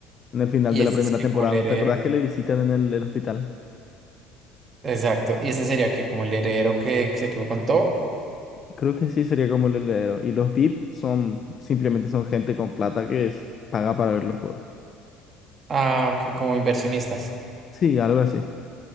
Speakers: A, on the left; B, on the right.
A: En el final
B: Y
A: de
B: este
A: la primera
B: es que
A: temporada,
B: como el heredero.
A: ¿no te acordás que le visitan en el, el hospital?
B: Exacto. Y este sería que como el heredero que, que se quedó con todo,
A: Creo que sí sería como el heredero. Y los VIP son simplemente son gente con plata que es, paga para ver los juegos.
B: ah, que como inversionistas.
A: Sí, algo así.